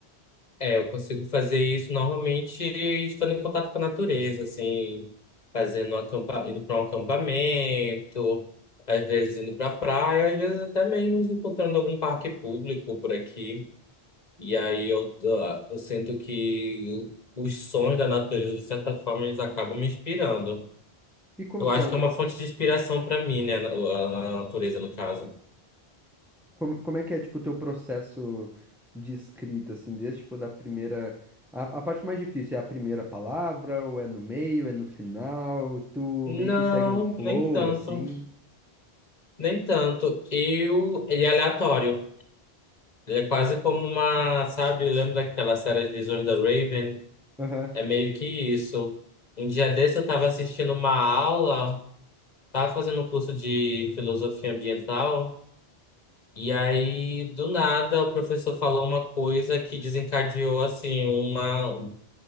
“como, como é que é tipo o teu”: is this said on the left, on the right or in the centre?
Centre